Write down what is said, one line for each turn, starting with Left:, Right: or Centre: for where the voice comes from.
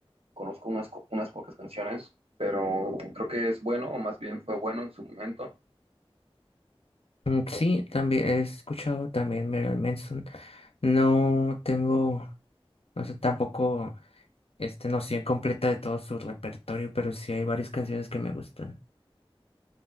Right: Conozco unas, co- unas pocas canciones, pero creo que es bueno, o más bien fue bueno en su momento.
Left: Mm, Sí, también he escuchado también Marilyn Manson. No tengo, no sé, tampoco este noción completa de todo su repertorio, pero sí hay varias canciones que me gustan.